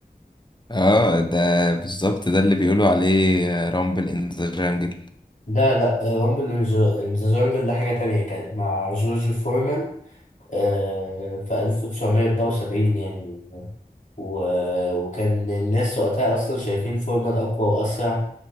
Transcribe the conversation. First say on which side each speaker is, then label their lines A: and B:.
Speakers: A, on the left; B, on the left.
A: اه ده بالظبط ده اللي بيقولوا عليه رامبل ان ذا جانجل
B: لا لا آه، رامبل إن جو- إن ذا جونجل ده حاجة تانية كانت مع جورج فورمان آه، في 1974 يعني و... وكان الناس وقتها أصلا شايفين فورمان أقوى وأسرع